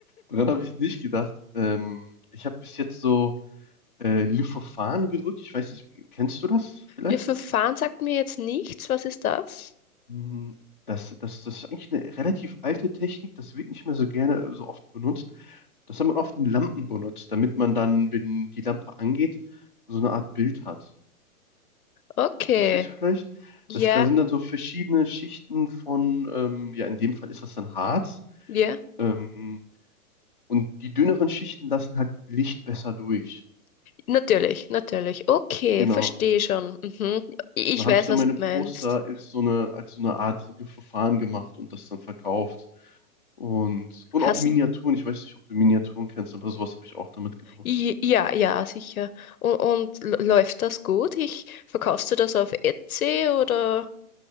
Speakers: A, on the left; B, on the left.
A: Daran habe ich nicht gedacht. Ähm, ich habe bis jetzt so äh, Lyphophan gedrückt. Ich weiß nicht, kennst du das vielleicht?
B: Le Verfahren sagt mir jetzt nichts. Was ist das?
A: Hm, Das, das, das ist eigentlich eine relativ alte Technik. Das wird nicht mehr so gerne so oft benutzt. Das hat man oft in Lampen benutzt, damit man dann, wenn die Lampe angeht, so eine Art Bild hat.
B: Okay.
A: verstehst du vielleicht?
B: Ja,
A: Das, da sind dann so verschiedene Schichten von, ähm, ja, in dem Fall ist das dann Harz.
B: ja.
A: Ähm, und die dünneren Schichten lassen halt Licht besser durch.
B: Natürlich, natürlich. Okay,
A: Genau.
B: verstehe schon. Mhm. Ich
A: Und dann
B: weiß,
A: habe ich dann
B: was
A: meine
B: du
A: Poster
B: meinst.
A: als so eine, als so eine Art Verfahren gemacht und das dann verkauft. Und, und
B: Hast
A: auch Miniaturen. Ich weiß nicht, ob du Miniaturen kennst, aber sowas habe ich auch damit gedruckt.
B: I- Ja, ja, sicher. Und, und l- läuft das gut? Ich, verkaufst du das auf Etsy oder?